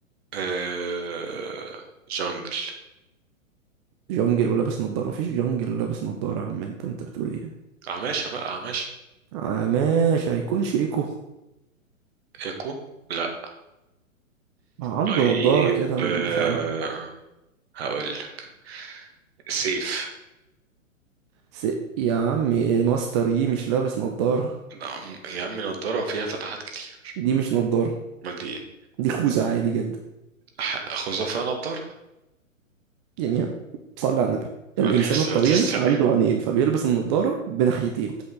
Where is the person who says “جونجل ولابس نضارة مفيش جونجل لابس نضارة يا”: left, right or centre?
Right